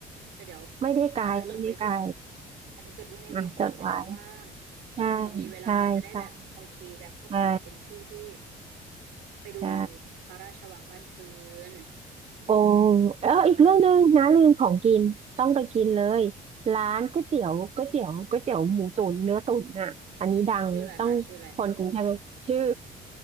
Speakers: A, on the right; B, on the right.
A: แต่เดี๋ยว
B: ไม่ได้ไกลไม่ได้ไกล
A: อาจจะจดไว้ก่อนอาจจะจดไว้ในลิสต์เผื่อเวลาว่าง
B: อ่ะจดไว้ ใช่
A: เผื่อมีเวลาจะได้แบบโอเคแบบเข้าไปเป็นที่ที่
B: ใช่ใช่ใช่
A: ไปดู
B: ใช่
A: พระราชวังบ้านปืน
B: โอ้เอออีกเรื่องหนึ่งนะลืมของกินต้องไปกินเลยร้านก๋วยเตี๋ยวก๋วยเตี๋ยวก๋วยเตี๋ยวหมูตุ๋นเนื้อตุ๋นน่ะอันนี้ดังเลยต้องคนกรุงเทพชื่อ
A: ชื่ออะไรคะชื่ออะไร